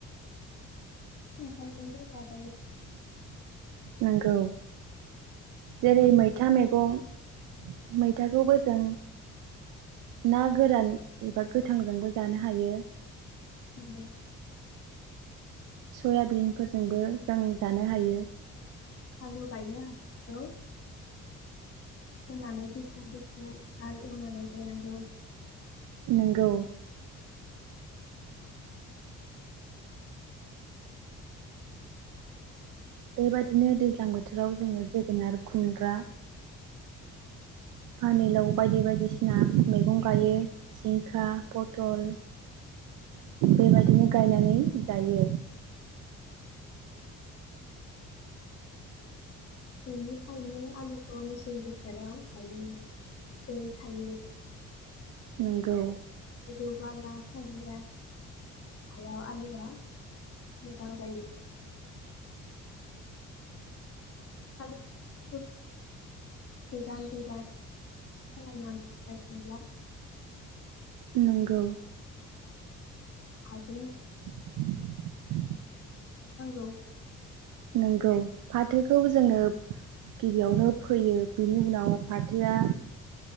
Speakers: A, on the left; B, on the right.
A: खुंखाजोंबो जाजायो।
B: नोंगौ। जेरै मैथा मेगं। मैथाखौबो जों ना गोरान एबा गोथांजोंबो जानो हायो।
A: नोंगौ।
B: सयाबिनफोरजोंबो जों जानो हायो।
A: आलु गायगोन हाखौ होनानै दुपु दुपु हाल एवनानै गायनांगौ।
B: नोंगौ बेबायदिनो दैज्लां बोथोराव जोङो जोगोनार, खुमब्रा, पानिलाव बायदि बायदिसिना मैगं गायो जिंखा, पथल बेबायदिनो गायनानै जायो।
A: बेनिखायनो आलुखौ मेसें बोसोराव गायो। दै थायै
B: नंगौ
A: गोजौ बाला साहिया हायाव आलुआ मोजां जायो। आलु <unintelligible> गोजान गोजान खालामनानै गायोब्ला
B: नोंगौ।
A: आगुनि
B: <inaudible>
A: <inaudible>
B: नंगौ। फाथोखौ जोङो गिबियावनो फोयो, बिनि उनाव फाथोआ